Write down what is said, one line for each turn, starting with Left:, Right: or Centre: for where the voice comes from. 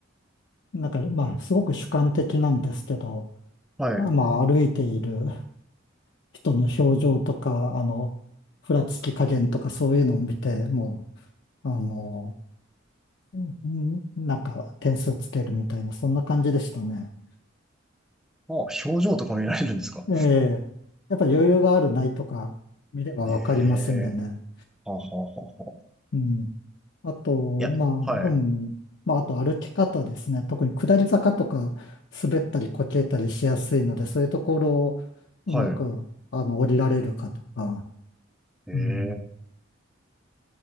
Left: なんか、まあ、すごく主観的なんですけど、
Centre: はい。
Left: あまあ、歩いている人の表情とか、あの、ふらつき加減とかそういうのを見て、
Centre: あ、
Left: もう、あの、うんなんか点数つけるみたいな、そんな感じでしたね。
Centre: 表情とか見られるんですか
Left: ええ、やっぱ余裕があるないとか見ればわかりますんでね。
Centre: ええーはあはあはあはあ。
Left: うん。あと、
Centre: いや、
Left: まあ、
Centre: はい。
Left: うん。まあ、あと歩き方ですね。特に下り坂とか滑ったりこけたりしやすいので、そういうところをうまく、
Centre: はい。
Left: あの、降りられるかとか、
Centre: ええー
Left: うん。